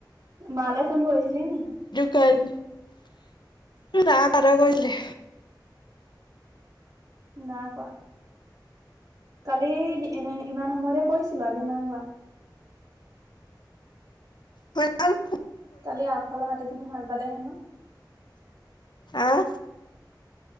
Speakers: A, on the right; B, on the left.
A: মালে ফোন কৰিছিলি নি?
B: কাৰেন ৰা কাটা কৰি দিলে
A: না কোৱা কালি এনে ইমান সময়তে কৈছিলো আজি নাই কোৱা
B: হয়
A: কালি আগফালৰ মাটি খিনি হাল বালে হেনো
B: আহ